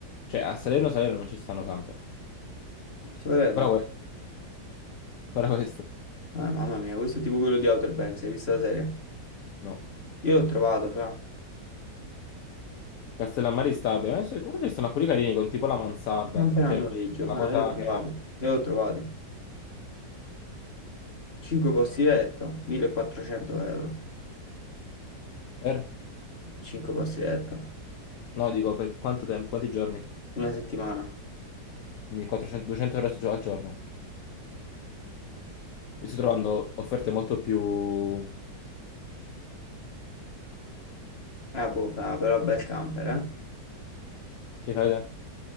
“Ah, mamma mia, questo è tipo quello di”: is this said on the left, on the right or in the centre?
Left